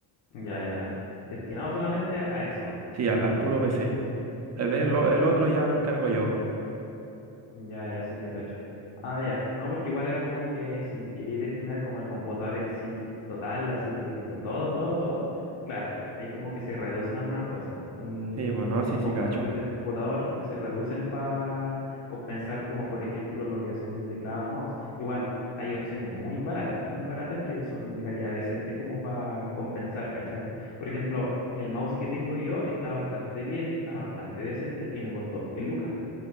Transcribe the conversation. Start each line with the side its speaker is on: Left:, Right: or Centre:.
Left: Ya, ya. ya. Destinado solamente a eso.
Right: sí, al, al puro PC. El, de- lo- el otro ya me encargo yo.
Left: Ya, ya, sí te cacho. Ah, ya. No, porque igual era como que si quería destinar como al computador en sí, total, así, por ejemplo, todo, todo, todo, claro, ahí como que se reducen algunas cosas. El
Right: Sí, bueno,
Left: com-
Right: sí, sí,
Left: componentes
Right: cacho.
Left: del computador se reducen para compensar como, por ejemplo, lo que son el teclado o el mouse. Igual, hay opciones muy baratas, muy baratas que son de calidad decente como para compensar, ¿cachai? Por ejemplo, el mouse que tengo yo está bastante bien, está bastante decente y me costó 10 lucas.